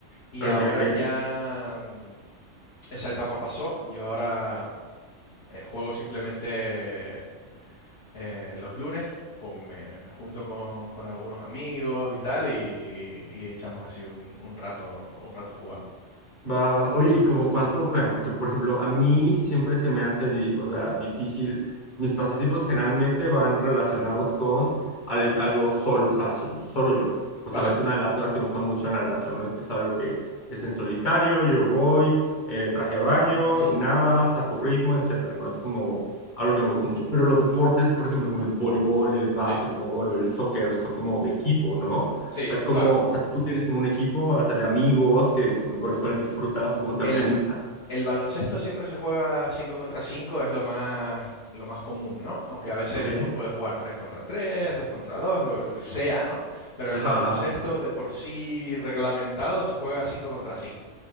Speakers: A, on the left; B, on the left.
A: Y
B: Ok,
A: ahora
B: ok.
A: ya mm, esa etapa pasó, yo ahora eh, juego simplemente eh, los lunes ju- me, me junto con, con algunos amigos y tal y, y echamos así un, un rato, un rato jugando.
B: Va, va. Oye, ¿y como cuánto juegan? Porque, por ejemplo, a mí siempre se me hace, di- o sea, difícil. Mis pasatiempos generalmente van relacionados con al- algo solo, o sea, so- solo yo. O
A: ¿Vale?
B: sea, es una de las cosas que me gusta mucho en la narración, ¿no? Es que es algo que es en solitario, yo voy, eh, traje baño,
A: Ujú,
B: y nadas a tu ritmo, etcétera, ¿no? Es como algo que me gusta mucho. Pero los deportes, por ejemplo, como el voleibol, el básquetbol
A: Sí,
B: o el soccer, son como de equipo, ¿no?
A: sí,
B: O sea, cómo,
A: claro.
B: o sea, tú tienes como un equipo, o sea, de amigos que, con, con los cuales disfrutas o cómo te
A: El,
B: organizas.
A: el baloncesto siempre se juega 5 contra cinco es lo más, lo más común, ¿no? Aunque a veces
B: ¿Ok?
A: pues, puedes jugar 3 contra tres 2 contra dos lo, lo que sea, ¿no? Pero el
B: Ajá,
A: baloncesto
B: ajá.
A: de por sí reglamentado se juega 5 contra cinco